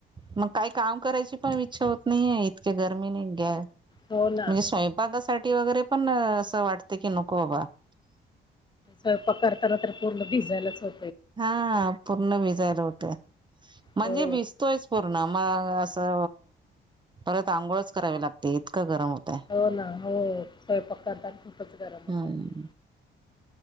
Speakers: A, on the right (about 25°); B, on the left (about 20°).
A: मग. काही काम करायची पण इच्छा होत नाहीेये. इतक्या गरमीने गॅस
B: हो ना
A: म्हणजे स्वयंपाकासा ठी वगैरे पण असं वाटते की नको बाबा. <inaudible>
B: स्वयंपाक करताना तर पूर्ण भिजयलाच हो
A: हा पूर्ण भिजयला होते म्हणजे
B: हो
A: भिजतोयच पूर्ण मग अ स परत आंघोळच करावी लागते इतकं गरम होतय
B: हो ना हो स्वयंपाक करताना खुपच गरम होऊन
A: हम्म
B: जातंय.